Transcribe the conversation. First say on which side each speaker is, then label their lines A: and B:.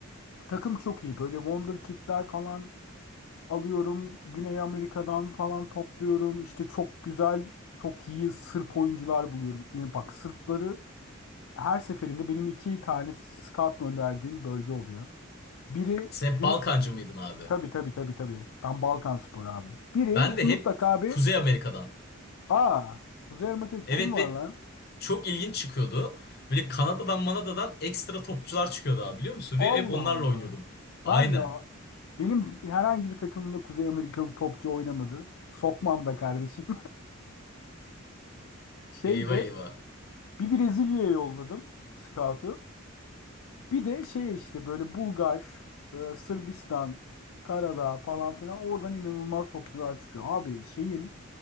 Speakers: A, on the left; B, on the left.
A: Takım çok iyi. Böyle Wonder Kid'ler falan alıyorum. Güney Amerika'dan falan topluyorum. İşte çok güzel, çok iyi Sırp oyuncular buluyorum. Yani bak Sırpları her seferinde benim iki tane scout gönderdiğim bölge oluyor. Biri
B: Sen hep
A: Güney...
B: Balkancı mıydın abi?
A: Tabii tabii tabii tabii. Ben Balkanspor abi. Biri
B: Ben de
A: mutlaka
B: hep
A: bir...
B: Kuzey Amerika'dan.
A: Aa, Kuzey Amerika'da
B: Evet
A: kim var
B: ve
A: lan?
B: çok ilginç çıkıyordu. Böyle Kanada'dan Manada'dan ekstra topçular çıkıyordu abi biliyor musun?
A: Allah
B: Ve hep onlarla
A: Allah.
B: oynuyordum. Aynen.
A: Ben de... Benim herhangi bir takımımda Kuzey Amerikalı topçu oynamadı. Sokmam da kardeşim. <laughs> Şey
B: Eyvah
A: de
B: eyvah.
A: Bir Brezilya'ya yolladım scout'u. Bir de şey işte böyle Bulgar, e, Sırbistan, Karadağ falan filan oradan inanılmaz topçular çıkıyor. Abi şeyin